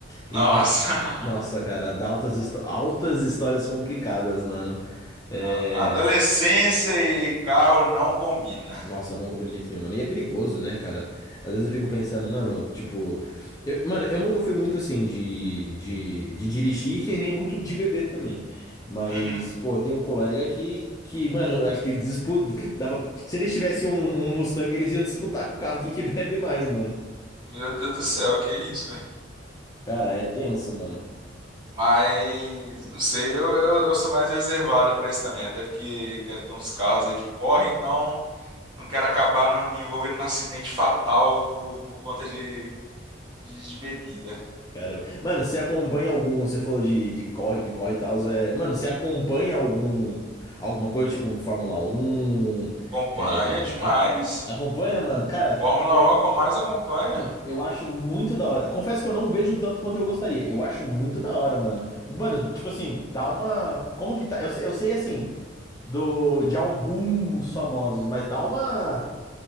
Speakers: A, on the left (about 20°); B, on the right (about 25°).
A: E,
B: Nossa.
A: mano,
B: <laughs>
A: nossa, cara, dá altas, histó- altas histórias complicadas, mano.
B: Não,
A: É,
B: adolescência e carro não combina.
A: Nossa, não combina de jeito nenhum, mano. E é perigoso, né, cara? Às vezes eu fico pensando, mano, tipo. eu- mano, eu nunca fui muito assim de, de, de dirigir <laughs> e nem muito de beber também. Mas,
B: Uhum.
A: pô, tem um colega que, que, mano, eu acho que ele disputa. Dava, se eles tivessem um, um Mustang, eles iam disputar com o carro quem que <laughs> bebe mais, mano.
B: Meu Deus do céu, que isso,
A: Cara, é tenso, mano.
B: Mas não sei, eu, eu, eu sou mais reservado pra isso também, até porque quero ter uns carros aí que correm, então não quero acabar na- me envolvendo num acidente fatal por, por conta de, de, de bebida.
A: Cara, mano, você acompanha algum, você falou de, de corre, de corre e tal, é, mano, você acompanha algum alguma coisa, tipo um Fórmula Um?
B: Acompanho
A: é,
B: demais.
A: ac- acompanha, mano? Cara,
B: Fórmula
A: eu,
B: 1 é o que eu mais acompanho.
A: mano, eu acho muito da hora. Confesso que eu não vejo tanto quanto eu gostaria. Eu acho muito da hora, mano. Mano, tipo assim, dá uma, como que tá? Eu, sei- eu sei assim do de alguns famosos, mas dá uma